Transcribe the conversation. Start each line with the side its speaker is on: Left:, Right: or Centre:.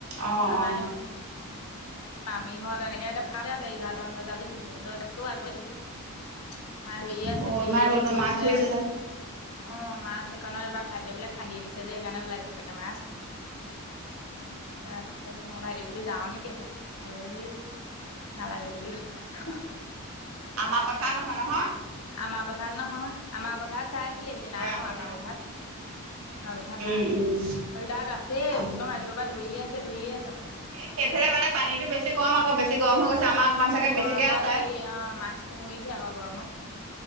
Right: অ'
Left: আমাৰ
Right: অ'।
Left: সেই মামীহঁত, এনেকে <unintelligible> এঘাৰটা মান বজাত দেখিছোঁ, ততাতকেও আগতে দেখিছোঁ। মায়ে ধৰিয়ে আছে
Right: অ
Left: ধৰিয়ে
Right: ইমান
Left: আছে,
Right: ৰ'দত
Left: গৈছে
Right: মাছ ধৰিছে
Left: আ অ',
Right: চাগে
Left: মাছ এইকণত এইবাৰ ভাইটিয়ে বোলে খান্দি দিছে যে, সেইকাৰণে ওলাইছে চাগে মাছ।
Right: <inaudible>
Left: তাৰ পিছতে মই ভাইটিক বুলো যাৱ নেকি এপাক? কৰিলে সি, নালাগে বুলি ক
Right: আমাৰ পথাৰ নহয় নহয়।
Left: আমাৰ পথাৰত নহয়, আমাৰ পথাৰত চাইছিলেহি, নাই
Right: হয় আগলে
Left: মৰা আমাৰ
Right: অ
Left: পথাৰত। আমাৰ পথাৰত
Right: উম
Left: নাই,
Right: উম
Left: সেই তাত আছেই,
Right: অ
Left: একদম ৰাতিপুৱাৰ পৰা ধৰিয়ে আছে ধৰিয়ে আছে। মাছ
Right: এই সেইফালে মানে পানীতো বেছি কম আকৌ, বেছি গৰম হৈ গৈছে আমাৰ অকমান চাগে বেছিকে
Left: গৰমত
Right: আছে
Left: হেৰি অ', মাছটো মৰিছে আকৌ গৰমত।